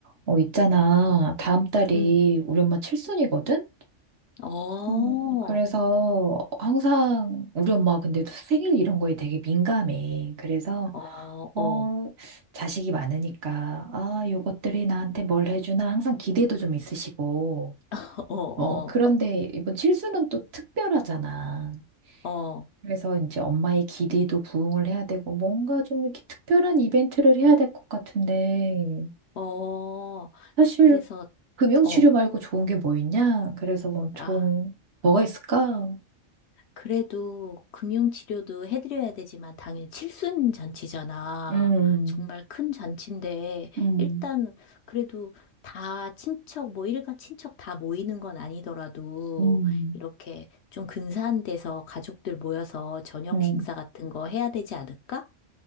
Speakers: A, on the right; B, on the left.
A: 어, 있잖아. 다음 달이
B: 음.
A: 우리 엄마 칠순이거든?
B: 어, 어,
A: 음, 그래서 항상 우리 엄마 근데 도 생일 이런 거에 되게 민감해. 그래서,
B: 어,
A: 어, 자식이 많으니까, 아, 요것들이 나한테 뭘 해주나 항상 기대도 좀 있으시고.
B: <laughs> 어,
A: 어, 그런데 이번 칠순은 또 특별하잖아.
B: 어, 어,
A: 그래서 이제 엄마의 기대도 부응을 해야 되고, 뭔가 좀 이렇게 특별한 이벤트를 해야 될 것 같은데,
B: 어.
A: 사실
B: 그래서,
A: 금융치료
B: 어,
A: 말고 좋은 게 뭐 있냐? 그래서 뭐 좀,
B: 아,
A: 뭐가 있을까?
B: 그래도 금융치료도 해드려야 되지만 당연히 칠순 잔치잖아.
A: 음,
B: 정말 큰 잔치인데,
A: 음,
B: 일단 그래도 다 친척, 뭐 일가 친척 다 모이는 건 아니더라도,
A: 음,
B: 이렇게 좀 근사한 데서 가족들 모여서 저녁
A: 음.
B: 식사 같은 거 해야 되지 않을까?